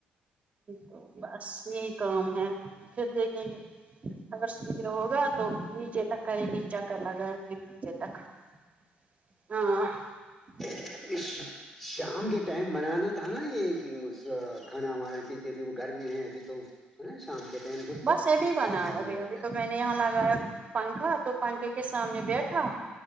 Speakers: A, on the right (about 40°); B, in the centre.
A: تو بس یہی کام ہے پھر دیکھیں گے اگر س یہ ہوگا تو نیچے تک کریں گے چکر لگائیں گے نیچے تک <inaudible>
B: <inaudible> شام کے ٹائم بنانا تھا نا یہ کھانا وانا کیونکہ ابھی وہ گرمی ہے ابھی تو ا شام کے ٹائم تو پھر
A: بس یہ بھی بنا
B: گھر
A: ہے ابھی
B: میں رہتا
A: ابھی تو میں نے نے یہاں لگایا پنکھا تو پنکھے کے سامنے بیٹھا